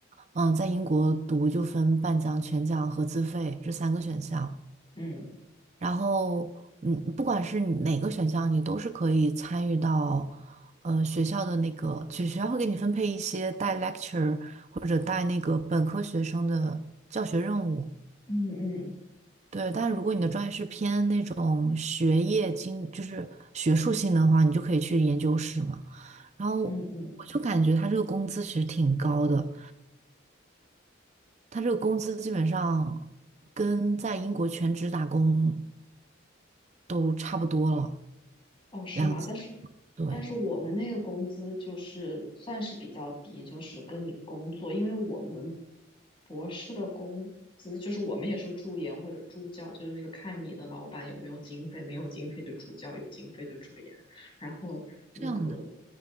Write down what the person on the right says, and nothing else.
嗯，在英国读就分半奖、全奖和自费这三个选项，
然后嗯，不管是你哪个选项，你都是可以参与到，呃，学校的那个，就学校会给你分配一些带 lecture 或者带那个本科学生的教学任务，
对，但如果你的专业是偏那种学业经，就是学术性的话，你就可以去研究室嘛。然后
我就感觉他这个工资其实挺高的，他这个工资基本上跟在英国全职打工都差不多了，
两，
对，
这样的。